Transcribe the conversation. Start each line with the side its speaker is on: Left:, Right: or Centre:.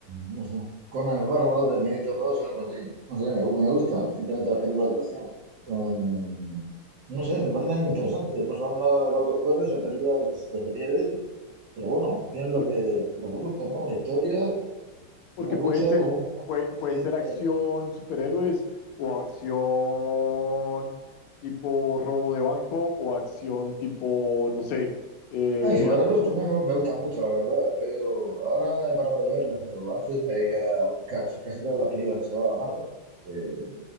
Right: no sé, Conan el Bárbaro, Terminator dos algo así. No sé, me, gu- me gusta. Simplemente las películas de acción. Son, no sé, me parecen interesantes. No son nada del otro jueves, son películas de, de serie B, pero bueno, tienen lo
Left: por-
Right: que, lo que buscan, ¿no? Una historia,
Left: porque
Right: una lucha,
Left: pueden ser,
Right: una falta
Left: pue-
Right: de superación
Left: pueden ser
Right: de...
Left: acción superhéroes o acción tipo robo de banco o acción tipo, no sé, eh,
Right: Ah, y superarlos
Left: ah,
Right: también me, me gustan mucho, la verdad. Veo, ahora he parado de verlas, pero antes me veía ca- casi, todas las películas que se llamaban Marvel. Eh,